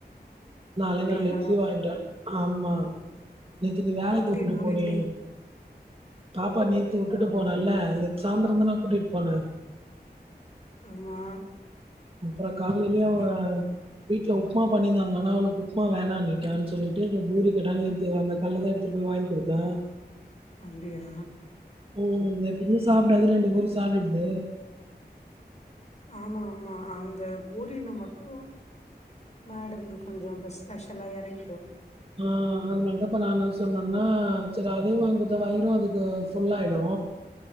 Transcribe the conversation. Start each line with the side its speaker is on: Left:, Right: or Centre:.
Right: நாளே
Left: அப்டியா
Right: நாள் இட்லி வாங்ட்டா ஆமா நேத்து நீ வேலைக்கு
Left: இட்லி
Right: உட்டுட்டு
Left: நாலு
Right: போனியே
Left: இட்லி
Right: பாப்பா நேத்து
Left: எவ்ளோ
Right: உட்டுட்டு போனல்ல அது சாந்திரதான கூட்டிட்டு போன
Left: ஆமா
Right: அப்பறோ காலையிலயு அவ வீட்ல உப்மா பண்ணிருந்தாங்க ஆனா அவளளுக்கு உப்புமா வேண்டானீட்டு சொல்லிவிட்டு இவ பூரி கேட்டான்னு தீ அந்த கல்லதா எடுத்துட்டு போய் வாங்கி குடுத்த
Left: அப்டியா
Right: ஓ எப்பமே சாப்டாது ரெண்டு பூரி சாப்ட்டதது
Left: ஆமா ஆமா அந்த பூரினா மட்டு மேடம்கு கொஞ்சோ பஸ் ஸ்பெஷலா எறங்கிடோ
Right: ஆ அதனால தாப்பா நா நா சொன்னேனா செரி அதே வாங்கி குடுத்தா வயிறு அது யோ ஃபுல்லா ஆயிடோ